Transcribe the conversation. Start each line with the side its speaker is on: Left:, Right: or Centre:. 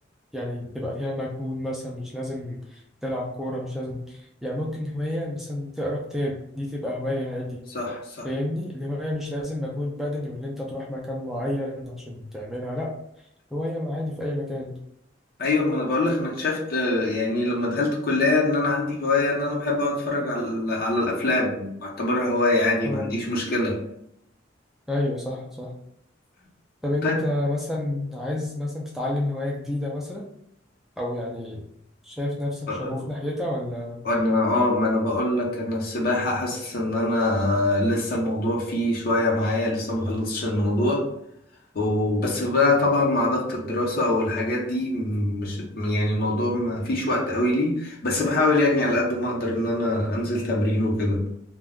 Centre: يعني تبقى فيها مجهود مثلا مش لازم تلعب كوره مش لازم يعني ممكن هوايه مثلا تقرا كتاب دي تبقى هوايه عادي
Left: صح صح
Centre: فاهمني الهواية مش لازم مجهود بدني واللي انت تروح مكان معين عشان تعملها لا هواية عادي في أي مكان
Left: أيوة ما أنا بقولك أنا اكتشفت آه، يعني لما دخلت الكلية إن أنا عندي هواية إن أنا بحب أقعد أتفرج على على الأفلام بعتبرها هواية عادي
Centre: اه
Left: ما عنديش مشكلة
Centre: أيوة صح صح طب أنت
Left: طيب
Centre: مثلا عايز مثلا تتعلم هواية جديدة مثلا أو يعني شايف نفسك
Left: آه،
Centre: شغوف ناحيتها ولا
Left: وأنا آه ما أنا بقولك أنا السباحة حاسس إن أنا آه، لسه الموضوع فيه شوية معايا لسه ما خلصتش الموضوع وبس بقى طبعا مع ضغط الدراسة والحاجات دي مش يعني الموضوع ما فيش وقت قوي لي بس بحاول يعني على قد ما اقدر ان انا انزل تمرين وكده